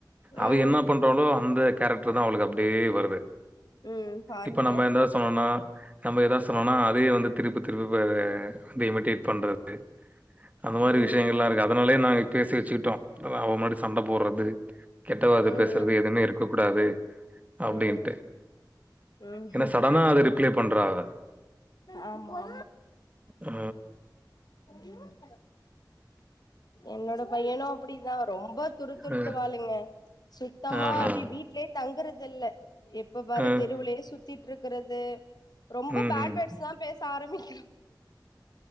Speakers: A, on the right; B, on the left.
A: அவ
B: ம்.
A: என்ன பண்றாளோ அந்த கேரக்டர் தா அவளுக்கு அப்டியே வருது
B: ம். பாருங்க.
A: இப்ப நம்ம எந்தாவ்து சொன்னோனா நம்ம ஏதா சொன்னோனா அதே வந்து திருப்பி திருப்பி வந்து இமிடேட் பண்றது அந்த மாரி
B: ம்.
A: விஷயங்கள்ல்லா இருக்கு அதனாலயே நாங்க பேசி வச்சிக்கிட்டோ அவ முன்னாடி சண்ட போட்றது கெட்டவாத
B: ம்.
A: பேசுறது
B: ம்.
A: எதுவுமே இருக்க கூடாது
B: ம்
A: அப்டின்ட்டு
B: ம்
A: ஏன்னா சடனா அத ரிப்ளே பண்றா அவ
B: ஆமா ஆமா
A: ஆ
B: இவுன் பனோ என்னோட பையனோ அப்டிதா ரொம்ப துரு துருத்த
A: அ.
B: வாளுங்க சுத்தமா
A: ஆஹா.
B: அப்டி வீ ட்லயே தங்குறது இல்ல எப்ப பாரு
A: அ.
B: தெருவுலயே சுத்திட்டு இருக்குறது ரொம்ப
A: ம்ஹ்ம்.
B: பேட் வேட்ஸ்ல்லா பேச ஆரம்பிக்கறா